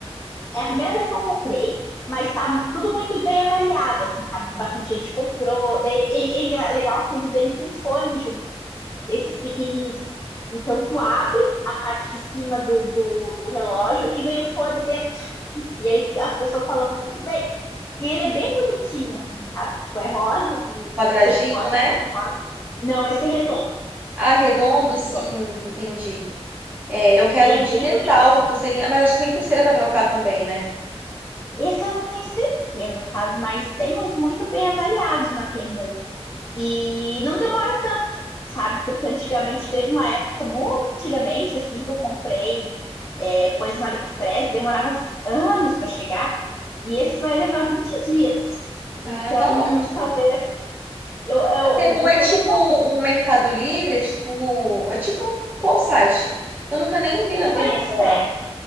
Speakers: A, on the left; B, on the right.
A: É a primeira vez que eu comprei, mas tá tudo muito bem avaliado, assim, sabe? Bastante gente comprou. Daí ele, é legal que ele vem com fone junto, esses pequenininhos. Então tu abre a parte de cima do, do, do relógio e vem o fone dentro. E aí as pessoas falando muito bem. E ele é bem bonitinho, assim, sabe? Tipo, é rosa. Não
B: Um Quadradinho,
A: sei se tu gosta
B: né?
A: de cor de rosa. Não, esse é redondo.
B: Ah, redondo,
A: Esse é
B: sim,
A: redondo.
B: entendi. É, eu quero
A: Ele é
B: um de
A: bem
B: metal
A: bonitinho.
B: com a pulseirinha, mas acho que vem pulseira para trocar também, né?
A: Esse eu não tenho certeza, sabe? Mas tem uns muito bem avaliados na Temu. E não demora tanto, sabe? Porque antigamente teve uma época, muito antigamente, assim, que eu comprei é, coisas no AliExpress, demorava anos para chegar, e esse vai levar 20 dias.
B: Ah,
A: Então,
B: tá ótimo.
A: talvez eu, eu,
B: A Temu
A: eu, o
B: é
A: tempo
B: tipo
A: é pouco, assim.
B: um Mercado Livre, é tipo, é tipo qual site? Eu nunca nem entrei na
A: Tipo
B: Temu
A: AliExpress,
B: pra...